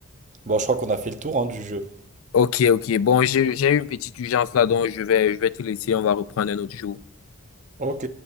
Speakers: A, on the right; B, on the left.
A: Bon, je crois qu'on a fait le tour hein, du jeu.
B: Ok, ok. Bon, j'ai, j'ai eu une petite urgence là, donc je vais, je vais te laisser. On va reprendre un autre jour.
A: Ok.